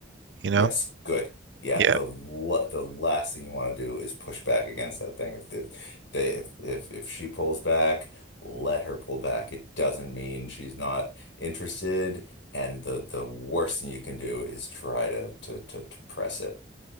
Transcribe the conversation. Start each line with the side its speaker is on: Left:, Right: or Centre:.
Right: you
Left: yes,
Right: know?
Left: good. Yeah,
Right: Yeah.
Left: the la- the last thing you want to do is push back against that thing. If the, they if, if if she pulls back, let her pull back. It doesn't mean she's not interested, and the the worst thing you can do is try to to to, to press it.